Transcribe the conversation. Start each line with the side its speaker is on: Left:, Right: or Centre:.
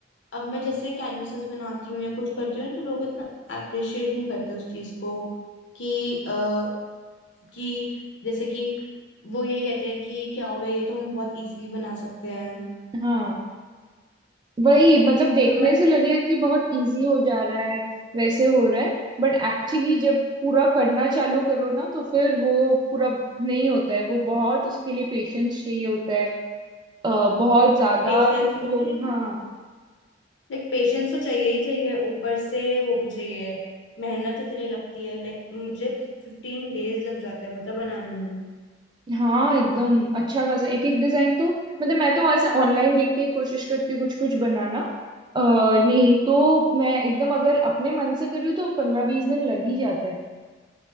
Left: अब मैं जैसे कैनवसेस बनाती हूँ या कुछ करती हूँ तो लोग इतना अप्रिशिएट नहीं करते उस चीज को कि आ, कि जैसे कि वो यही कहते हैं कि ये क्या हो गया ये तो हम बहुत इजीली बना सकते हैं
Right: हाँ वही मतलब देखने
Left: तो मैं
Right: से लगेगा कि बहुत इजी हो जा रहा है वैसे हो रहा है बट एक्चुअली जब पूरा करना चालू करो ना तो फिर वो पूरा नहीं होता है वो बहुत उसके लिए पेशेंस चाहिए होता है अ, बहुत ज्यादा
Left: पेशेंस
Right: तुमको
Left: भी चाहिए
Right: हाँ
Left: लाइक पेशेंस तो चाहिए ही चाहिए ऊपर से वो भी चाहिए मेहनत इतनी लगती है लाइक मुझे फिफ्टीन डेज लग जाते हैं पता बनाने में
Right: हाँ एकदम अच्छा खासा एक एक डिजाइन तो मतलब मैं तो ऐसे ऑनलाइन देख के कोशिश करती हूँ कुछ कुछ बनाना आ, नहीं तो मैं एकदम अगर अपने मन से करूँ तो पंद्रह बीस दिन लग ही जाता है